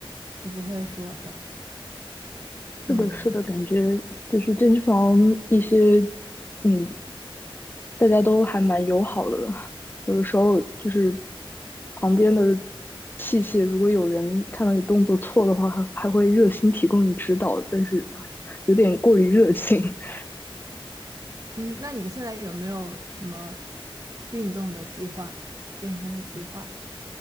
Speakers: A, on the right (about 40°); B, on the left (about 20°).
A: 都不会说的，嗯。
B: 是的，是的，感觉就是健身房一些，嗯，大家都还蛮友好的，有的时候就是旁边的器械，如果有人看到你动作错的话，还还会热心提供你指导，但是啊有点过于热情。<laughs>
A: 嗯，那你现在有没有什么运动的计划、健身的计划？